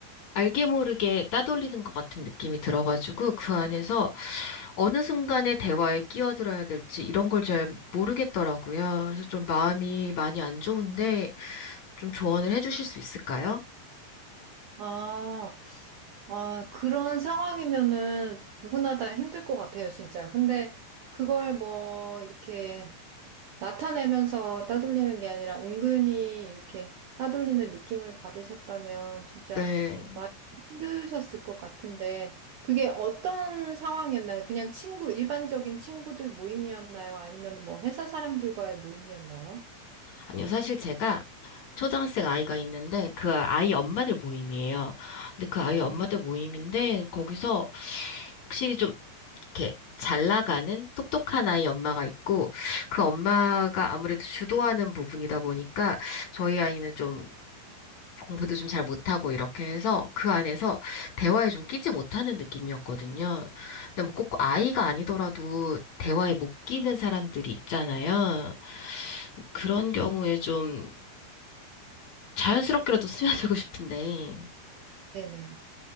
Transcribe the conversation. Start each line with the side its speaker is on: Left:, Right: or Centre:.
Left: 알게 모르게 따돌리는 것 같은 느낌이 들어가지고, 그 안에서 어느 순간에 대화에 끼어들어야 될지 이런 걸 잘 모르겠더라고요. 그래서 좀 마음이 많이 안 좋은데 좀 조언을 해주실 수 있을까요?
Right: 아, 아, 그런 상황이면은 누구나 다 힘들 것 같아요, 진짜. 근데 그걸 뭐 이렇게 나타내면서 따돌리는 게 아니라 은근히 이렇게 따돌리는 느낌을 받으셨다면 진짜
Left: 네.
Right: 많이 힘드셨을 것 같은데 그게 어떤 상황이었나요? 그냥 친구, 일반적인 친구들 모임이었나요? 아니면 뭐 회사 사람들과의 모임이었나요?
Left: 아니요, 사실 제가 초등학생 아이가 있는데 그 아이 엄마들 모임이에요. 근데 그 아이 엄마들
Right: 음.
Left: 모임인데 거기서 확실히 좀 이렇게 잘 나가는 똑똑한 아이 엄마가 있고 그 엄마가 아무래도 주도하는 부분이다 보니까 저희 아이는 좀 공부도 좀 잘 못하고 이렇게 해서 그 안에서 대화에 좀 끼지 못하는 느낌이었거든요. 근데 뭐 꼭 아이가 아니더라도 대화에 못 끼는 사람들이 있잖아요. 그런 경우에 좀 자연스럽게라도 <laughs> 스며들고 싶은데,
Right: 네네.